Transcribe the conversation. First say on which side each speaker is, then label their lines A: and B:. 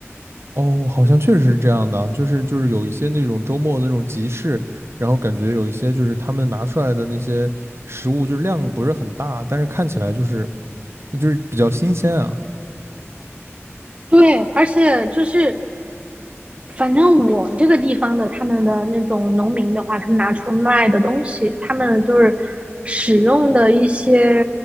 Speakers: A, on the right (about 60°); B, on the right (about 25°).
A: 哦，好像确实是这样的啊，就是就是有一些那种周末的那种集市，然后感觉有一些就是他们拿出来的那些食物，就是量不是很大，但是看起来就是就是比较新鲜啊。
B: 对，而且就是反正我这个地方的他们的那种农民的话，他们拿出卖的东西，他们就是使用的一些